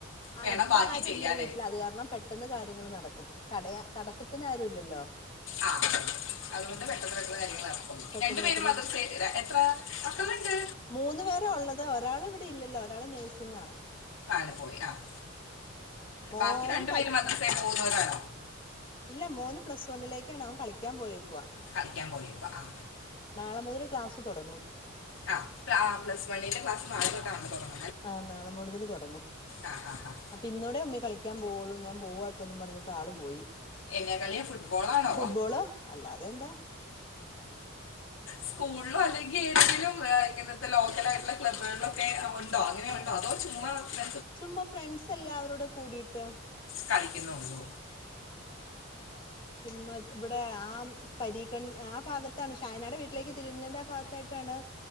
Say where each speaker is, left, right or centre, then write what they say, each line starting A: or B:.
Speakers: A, on the left; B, on the left.
A: ആഹ്
B: വേണം
A: ഇപ്പാരുല്ല
B: ബാക്കി ചെയ്യാനായിട്ട്
A: വീട്ട്ല് അത് കാരണം പെട്ടെന്ന് കാര്യങ്ങള് നടക്കും തടയാ തടസ്സത്തിന് ആരും ഇല്ലല്ലോ
B: ആഹ് അതുകൊണ്ട്
A: ഉം
B: പെട്ടെന്ന് <unintelligible> കാര്യങ്ങള് നടക്കും
A: പെട്ടെന്ന്
B: രണ്ടു പേരും
A: പെട്ടെന്ന്
B: മദ്രസയിൽ എത്ര മക്കളിണ്ട്
A: മൂന്ന് പേരാ ഉള്ളത് ഒരാള് ഇവിടെ ഇല്ലല്ലോ ഒരാള് നേഴ്സിങ്ങാ
B: ഒരാള് പോയി ആഹ്
A: മോന്
B: ബാക്കി രണ്ടു പേര് മദ്രസയിൽ പോകുന്നവരാണോ
A: ഇല്ലാ മോന് പ്ലസ് വണ്ണിലേക്കാണ് അവൻ കളിക്കാൻ പോയേക്കുവാ
B: കളിക്കാൻ പോയേക്കോ ആഹ്
A: നാളെ മുതല് ക്ലാസ്സ്‌ തുടങ്ങും
B: ആഹ് പ്ല ആഹ് പ്ലസ് വണ്ണിൻ്റെ ക്ലാസ് നാളെത്തൊട്ടാണല്ലൊ തൊട
A: ആഹ് നാളെ മുഴുതന് തുടങ്ങും
B: ആ ആ ആ
A: അപ്പൊ ഇന്നൂടെ ഉമ്മീ കളിക്കാൻ പോവുള്ളൂ ഞാൻ പോവാട്ടോന്നും പറഞ്ഞിട്ട് ആള് പോയി
B: എന്നാ കളിയാ ഫുട്ബോളാണോ
A: ഫുട്ബോള് അല്ലാതെ എന്താ
B: സ്കൂളിലോ അല്ലെങ്കി ഏതങ്കിലും ഇങ്ങനത്തെ ലോക്കല ആയിട്ടുള്ള ക്ലബ്ബുകളിലൊക്കെ ഉണ്ടോ അങ്ങനെ അതോ ചുമ്മാ ഫ്ര
A: ചുമ്മാ ഫ്രണ്ട്സ് എല്ലാവരോടെ കൂടിയിട്ട്
B: കളിക്കുന്നുള്ളോ
A: ചുമ്മാത് ഇവിടെ ആം പരീക്കൺ ആ ഭാഗത്താണ് ഷാഹിനാടെ വീട്ടിലേക്ക് തിരുന്നേന്റെ ആ ഭാഗത്തായിട്ടാണ്